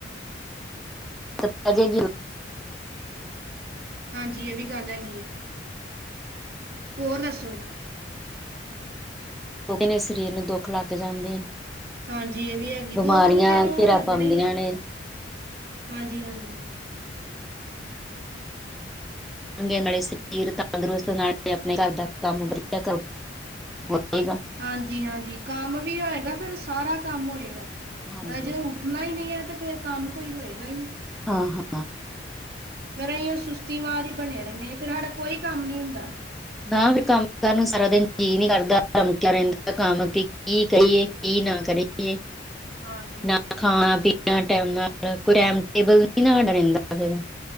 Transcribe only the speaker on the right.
ਹਾਂਜੀ ਇਹ ਵੀ ਗੱਲ ਹੈਗੀ ਹੈ ਹੋਰ ਦੱਸੋ?
ਹਾਂਜੀ ਇਹ ਵੀ ਹੈਗੀ
ਦੁੱਖ ਤੇ ਫੇਰ ਉਹ
ਲੱਗਣੇ
ਹੀ ਆ
ਹਾਂਜੀ ਹਾਂਜੀ।
ਹਾਂਜੀ ਹਾਂਜੀ ਕੰਮ ਵੀ ਹੋਏਗਾ ਫ਼ਿਰ ਸਾਰਾ ਕੰਮ ਹੋਏਗਾ
ਅ ਜੋ। ਉੱਠਣਾ ਹੀ ਨਹੀਂ ਹੈ ਤੇ ਫੇਰ ਕੰਮ ਕੋਈ ਹੋਏਗਾ ਹੀ ਨਹੀਂ।
ਫੇਰ ਅਸੀਂ ਉਹ ਸੁਸਤੀ ਮਾਰ ਹੀ ਬਣੇ ਰਹਿੰਦੇ ਫਿਰ ਸਾਡਾ ਕੋਈ ਕੰਮ ਨੀ ਹੁੰਦਾ।
ਹਾਂਜੀ